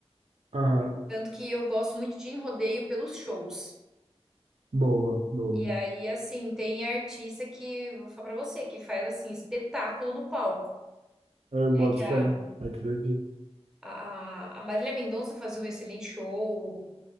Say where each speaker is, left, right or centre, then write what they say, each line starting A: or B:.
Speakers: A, on the right; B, in the centre.
A: Aham,
B: Tanto que eu gosto muito de ir em rodeio pelos shows.
A: boa, boa.
B: E aí, assim, tem artista que, vou falar pra você, que faz, assim, espetáculo no palco.
A: Eu boto
B: É que a,
A: fé, acredito.
B: a, a Marília Mendonça fazia um excelente show,